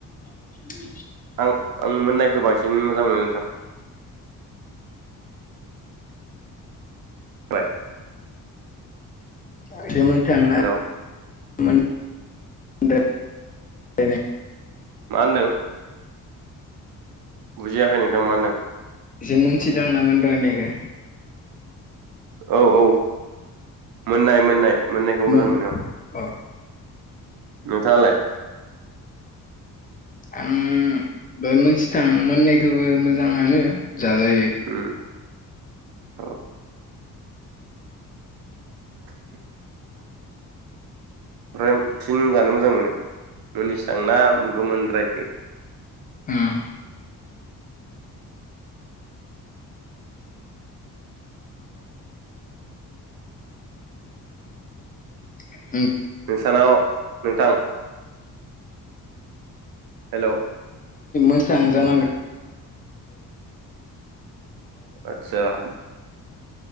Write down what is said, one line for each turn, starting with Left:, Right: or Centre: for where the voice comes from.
Left: <inaudible>
Right: आं आं मोननायखो बांसिन मोजां मोनो‌ नोंथां। <unintelligible>
Left: <unintelligible>
Right: हेलौ?
Left: <unintelligible> मोनद्रायनाय <unintelligible>
Right: मा होन्दों? बुजियाखै नोंथां मा होनदों?
Left: एसे मोनसिथां ना मोनद्रायनायखौ?
Right: औ औ मोननाय मोननाय। मोननायखौ
Left: मोन
Right: मोजां मोनो औ
Left: अ
Right: नोंथाङालाय?
Left: आं बे मोनसिथां मोननायखोबो मोजाङानो। जाजायो
Right: उम औ। <inaudible> ओमफ्राय बांसिन जानो मोजां मोनो मोनसिथां ना‌ गोमोनद्रायखो?
Left: उम। <unintelligible>
Right: नोंसानाव नोंथां हेलौ?
Left: एसे <unintelligible> जानांगो
Right: आदसा